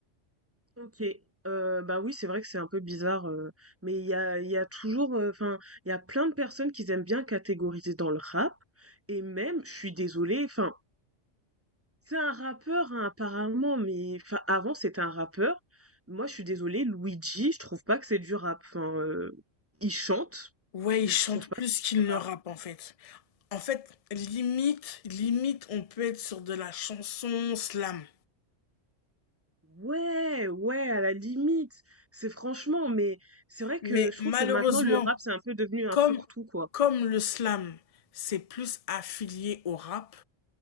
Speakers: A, on the right (about 15°); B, on the left (about 35°).
A: OK, heu, bah, oui, c'est vrai que c'est un peu bizarre, heu, mais il y a il y a toujours, enfin, il y a plein de personnes qui aiment bien catégoriser dans le rap et même, je suis désolée, enfin C'est un rappeur, hein, apparemment, mais enfin, avant, c'était un rappeur. Moi, je suis désolée, Luigi, je trouve pas que c'est du rap. Enfin, euh, il chante,
B: Ouais, il
A: je
B: chante
A: trouve pas
B: plus
A: que ça
B: qu'il ne
A: rap.
B: rappe en fait. En fait, limite, limite, on peut être sur de la chanson slam.
A: Ouais, ouais, à la limite. C'est franchement, mais c'est vrai
B: Mais
A: que je
B: malheureusement,
A: trouve que maintenant, le rap, c'est un peu devenu un
B: comme,
A: fourre-tout, quoi.
B: comme le slam, c'est plus affilié au rap,